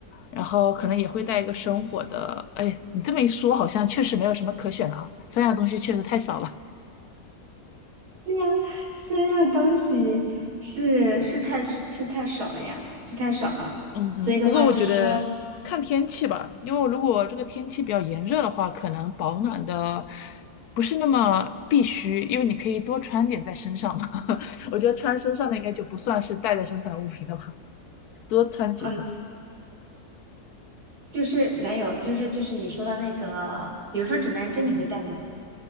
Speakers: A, on the left (about 80°); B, on the right (about 90°).
A: 然后可能也会带一个生活的。哎，你这么一说，好像确实没有什么可选了啊，三样东西确实太少了。
B: 对呀，三样东西是是太是太少了呀，是太少了。
A: 嗯哼，
B: 所以的话，
A: 不过我觉得看天气吧，
B: 就是说，
A: 因为如果这个天气比较炎热的话，可能保暖的不是那么必须，因为你可以多穿点在身上嘛。<laughs> 我觉得穿身上的应该就不算是带在身上的物品了吧，多穿几层。
B: 嗯，就是男友，就是就是你说的那个，比如说指南针，你会带吗？